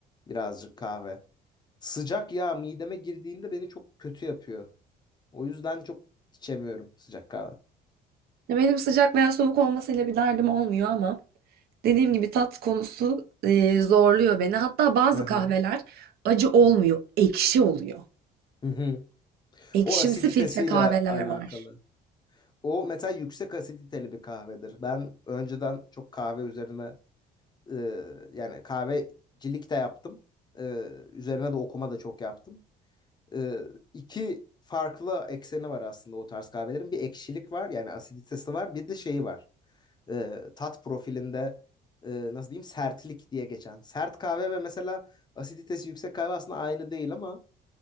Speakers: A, on the left; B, on the right.
A: Birazcık kahve. Sıcak yağ mideme girdiğinde beni çok kötü yapıyor. O yüzden çok içemiyorum sıcak kahve.
B: Ya Benim sıcak veya soğuk olmasıyla bir derdim olmuyor ama dediğim gibi tat konusu e, zorluyor beni. Hatta bazı
A: Aha.
B: kahveler acı olmuyor, ekşi oluyor.
A: Hı hı.
B: Ekşimsi
A: O asiditesiyle
B: filtre kahveler
A: alakalı.
B: var.
A: O mesela yüksek asiditeli bir kahvedir. Ben önceden çok kahve üzerine e, yani kahvecilik de yaptım. E, üzerine de okuma da çok yaptım. E, iki farklı ekseni var aslında o tarz kahvelerin. Bir ekşilik var yani asiditesi var. Bir de şeyi var. e, tat profilinde e, nasıl diyeyim sertlik diye geçen. Sert kahve ve mesela asiditesi yüksek kahve aslında aynı değil ama